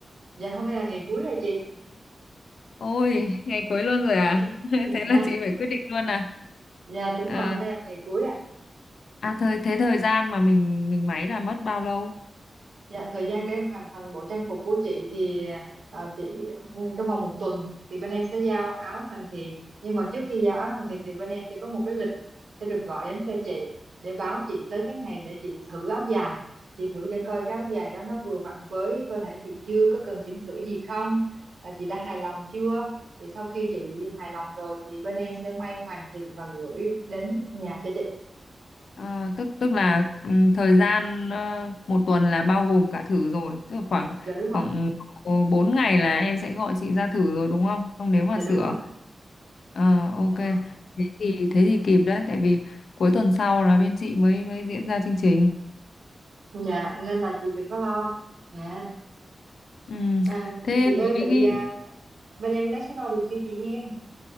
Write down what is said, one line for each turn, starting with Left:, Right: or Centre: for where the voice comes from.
Right: dạ hôm nay là ngày cuối rồi chị
Left: ôi ngày cuối luôn rồi à
Right: <laughs>
Left: <laughs> thế
Right: dạ
Left: là chị phải quyết định luôn à
Right: dạ đúng
Left: Ờ,
Right: rồi hôm nay là ngày cuối ạ
Left: à thời thế thời gian mà mình mình máy là mất bao lâu
Right: dạ thời gian để em hoàn thành bộ trang phục của chị thì à, chị ừ, trong vòng một tuần thì bên em sẽ giao áo hoàn thiện nhưng mà trước khi giao áo hoàn thiện thì bên em sẽ có một cái lịch sẽ được gọi đến cho chị để báo chị tới cái ngày để chị thử áo dài chị thử để coi cái áo dài đó nó vừa vặn với cơ thể chị chưa có cần chỉnh sửa gì không à, chị đã hài lòng chưa thì sau khi chị hài lòng rồi thì bên em sẽ may hoàn thiện và gửi đến nhà cho chị
Left: À, tức tức là ừm, thời gian ờ, một tuần là bao gồm cả thử rồi, tức là khoảng
Right: dạ đúng rồi
Left: khoảng độ 4 ngày là em sẽ gọi chị ra thử rồi đúng không? Xong nếu mà
Right: dạ
Left: sửa
Right: đúng rồi
Left: ờ, ok.
Right: dạ đúng rồi
Left: Thế thì thế thì kịp đấy tại vì cuối tuần sau là bên chị mới mới diễn ra chương trình.
Right: dạ nên là chị đừng có lo dạ
Left: Ừm,
Right: à,
Left: thế
Right: chị
Left: mấy
Right: ơi
Left: cái
Right: vậy à, bên em lấy số đo được chưa chị hen